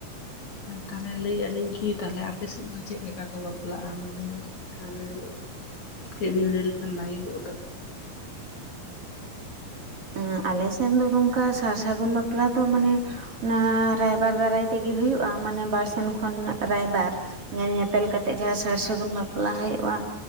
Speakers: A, on the left; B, on the right.
A: ᱟᱨ ‌ᱛᱟᱦᱚᱞᱮ ᱞᱟᱹᱭᱮᱜ-ᱟᱹᱞᱤᱧ ᱠᱤ, ᱛᱟᱦᱚᱞᱮ ᱟᱯᱮ ᱥᱮᱫ ᱫᱚ ᱪᱮᱫ ᱞᱮᱠᱟ ᱠᱚ ᱵᱟᱯᱞᱟᱜ-ᱟ ᱢᱟᱱᱮ? ᱛᱟᱦᱚᱞᱮ ᱠᱟᱹᱡ ᱵᱤᱱ ᱞᱟᱹᱭ ᱞᱮᱠᱷᱟᱱ ᱵᱷᱟᱜᱮ ᱠᱚᱜ ᱫᱚ᱾
B: ᱟᱸ ᱟᱞᱮ ᱥᱮᱱ ᱫᱚ ᱱᱚᱝᱠᱟ ᱥᱟᱨ ᱥᱟᱹᱜᱩᱱ ᱵᱟᱯᱞᱟ ᱫᱚ ᱢᱟᱱᱮ ᱚᱱᱟ ᱨᱟᱭᱵᱟᱨ ᱫᱟᱨᱟᱭ ᱛᱮᱜᱮ ᱦᱩᱭᱩᱜ-ᱟ, ᱢᱟᱱᱮ ᱵᱟᱨ ᱥᱮᱱ ᱠᱷᱚᱱ ᱨᱟᱭᱵᱟᱨ᱾ ᱧᱮᱞ ᱧᱮᱯᱮᱞ ᱠᱟᱛᱮᱜ ᱡᱟᱦᱟᱸ ᱥᱟᱨ ᱥᱟᱹᱜᱩᱱ ᱵᱟᱯᱞᱟ ᱦᱩᱭᱩᱜ-ᱟ